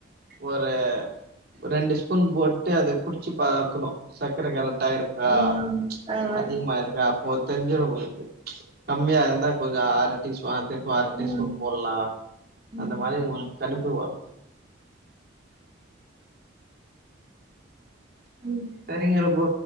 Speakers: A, on the right; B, on the right.
A: ஒரு ரெண்டு ஸ்பூன் போட்டு அது குடி ச்சு பாக்கணு சக்கர கரக் ட்டா இருக்கா
B: ம் ஆமா
A: அதிகமாயிருக்கா போ தெர்ஞ்சிரு உங்களுக்கு கம்மியா இர்ந்தா கொஞ்சோ ஆறு டீஸ் பாத்து பாறு டீ
B: ம்
A: ஸ்பூ ல்லா
B: ம்
A: அந்த மாரி உங்களுக் கனிப் ப்பு வரு
B: ம்
A: சரிங்கிற பொ